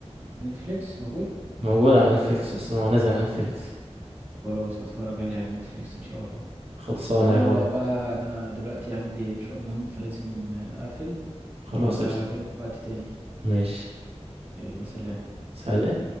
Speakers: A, on the right; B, on the right.
A: نتفليكس موجود
B: موجود على نتفليكس أصلا هو نازل على نتفليكس
A: خلاص هتفرج عليه على نتفليكس ان شاء الله
B: خلصانة
A: طب يلا
B: يا أخويا
A: بقى انا دلوقتي عندي مشوار مهم فلازم آه، اقفل
B: خلاص
A: وهبقى
B: قشطة
A: اكلمك وقت تاني
B: ماشي
A: يلا سلام
B: سلام